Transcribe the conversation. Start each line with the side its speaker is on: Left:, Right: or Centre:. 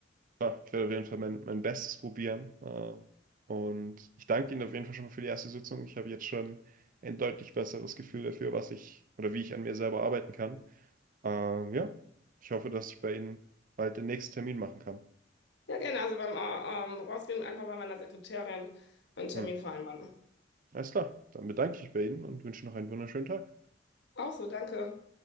Right: Ja, ich werde auf jeden Fall mein, mein Bestes probieren. Ähm, und ich danke Ihnen auf jeden Fall schon mal für die erste Sitzung. Ich habe jetzt schon ein deutlich besseres Gefühl dafür, was ich oder wie ich an mir selber arbeiten kann. Ähm, ja, ich hoffe, dass ich bei Ihnen bald den nächsten Termin machen kann.
Left: Ja, gerne. Also beim äh, ähm, Rausgehen einfach bei meiner Sekretärin einen Termin
Right: Hm.
Left: vereinbaren.
Right: Alles klar, dann bedanke ich mich bei Ihnen und wünsche noch einen wunderschönen Tag.
Left: Auch so, danke.